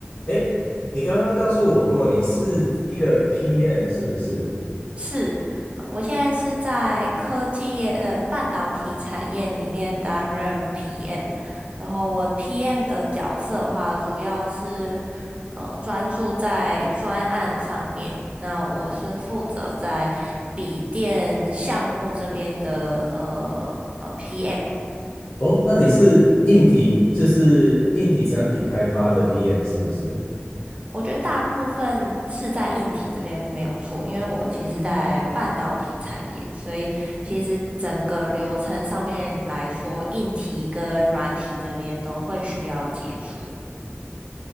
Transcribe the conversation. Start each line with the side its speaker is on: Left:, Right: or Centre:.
Left: 哎，你刚刚告诉我过你是一个 PM 是不是？
Right: 是，呃我现在是在科技业，呃，半导体产业里面担任 PM，然后我 PM 的角色的话，主要是呃专注在专案上面。那我是负责在笔电项目这边的呃呃 PM。
Left: 哦，那你是硬体，就是硬体产品开发的 PM 是不是？
Right: 我觉得大部分是在硬体这边没有错，因为我其实在半导体产业，
Left: 哦，
Right: 所以其实整个流程上面来说，硬体跟软体这边都会需要接触。